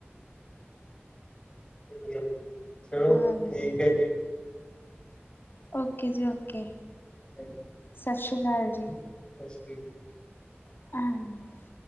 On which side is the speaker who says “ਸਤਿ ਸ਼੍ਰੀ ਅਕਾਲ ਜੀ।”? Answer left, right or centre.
Left